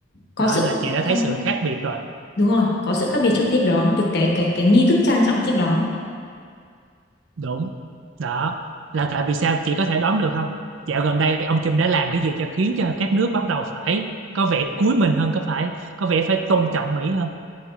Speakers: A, on the left; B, on the right.
A: có
B: đó
A: sự
B: là
A: khác
B: chị
A: biệt
B: đã thấy
A: trong
B: sự khác biệt rồi
A: đúng rồi có sự khác biệt trong tiếp đón việc cái cái cái nghi thức trang trọng tiếp đón
B: đúng đó là tại vì sao chị có thể đoán được không dạo gần đây ông Trump đã làm cái gì cho khiến cho các nước bắt đầu phải có vẻ cúi mình hơn có phải có vẻ phải tôn trọng Mỹ hơn